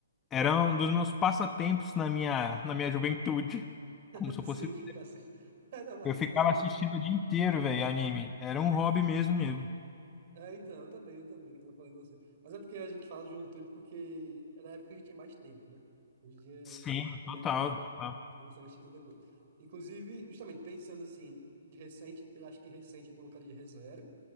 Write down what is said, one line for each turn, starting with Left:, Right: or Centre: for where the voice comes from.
Left: Era um dos meus passatempos na minha, na minha juventude.
Right: <laughs>
Left: Como se eu
Right: Sim,
Left: fosse.
Right: ficar assim. Ainda mais,
Left: Eu ficava
Right: assim.
Left: assistindo o dia inteiro, velho, anime. Era um hobby mesmo mesmo.
Right: É, então, eu também, eu também, que nem eu falei pra você. Mas é porque a gente fala de juventude porque é na época que a gente tem mais tempo, né? Hoje em dia,
Left: Sim,
Right: com
Left: total,
Right: menos tempo.
Left: total.
Right: Poder consegue assistir tanta coisa. Inclusive, justamente pensando assim, de recente, eu acho que recente eu colocaria ReZero,